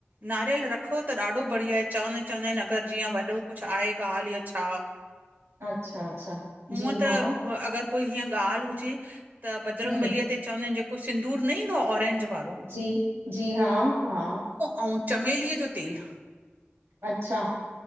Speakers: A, on the right; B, on the right.
A: नारियल रखो त ॾाढो बढ़िया आहे चवंदा आहिनि, चवंदा आहिनि अगरि जीअं वॾो कुछु आहे ॻाल्हि या छा
B: अच्छा अच्छा
A: हुअं
B: जी
A: त
B: हा
A: अगर कोई हीअं ॻाल्हि हुजे, त बजरंग
B: हम्म
A: बलीअ ते चवंदा आहिनि, जेको सिंदूर न ईंदो आहे ऑरेंज वारो?
B: जी, जी हा-हा।
A: अंउ चमेलीअ जो तेल।
B: अच्छा